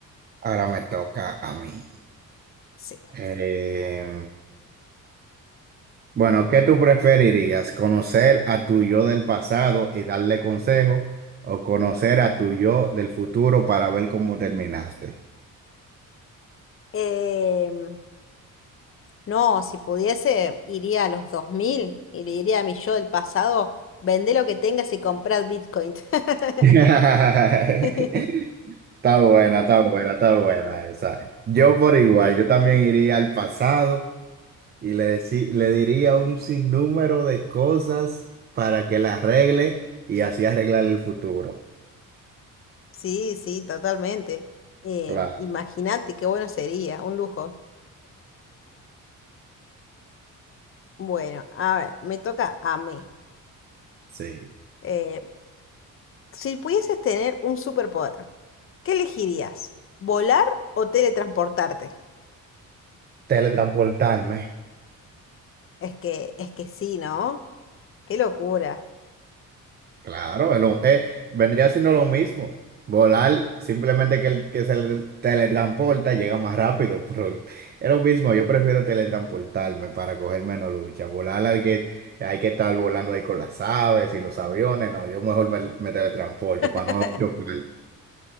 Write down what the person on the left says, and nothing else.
Sí.
Em, No, si pudiese, iría a los 2000 y le diría a mi yo del pasado, vende lo que tengas y comprad Bitcoin. <laughs>
<laughs>
Sí, sí, totalmente. Em,
imagínate qué bueno sería, un lujo. Bueno, a ver, me toca a mí.
Eh, si pudieses tener un superpoder, ¿qué elegirías? ¿Volar o teletransportarte?
Es que, es que sí, ¿no? Qué locura.
<laughs>